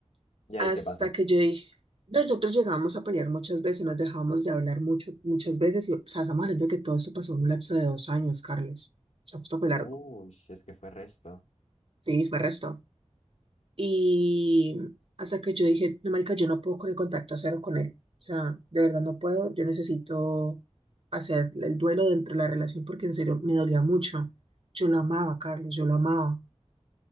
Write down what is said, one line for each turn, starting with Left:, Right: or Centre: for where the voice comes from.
Left: ¿Y ahí
Right: Hasta
Left: qué pasó?
Right: que yo dije, nosotros llegamos a pelear muchas veces, nos dejamos de hablar mucho, muchas veces y, o sea, estamos hablando de que todo esto pasó en un lapso de dos años, Carlos. O sea, esto fue largo.
Left: Uy, si es que fue resto.
Right: Sí, fue resto. Y hasta que yo dije, no, marica, yo no puedo con el contacto cero con él. O sea, de verdad no puedo. Yo necesito hacer el duelo dentro de la relación porque en serio me dolía mucho. Yo lo amaba, Carlos, yo lo amaba.